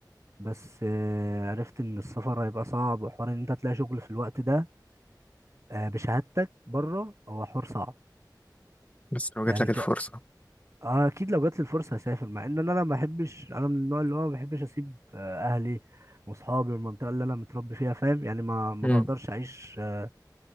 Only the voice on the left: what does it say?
بس لو جات
لك الفرصه
مم.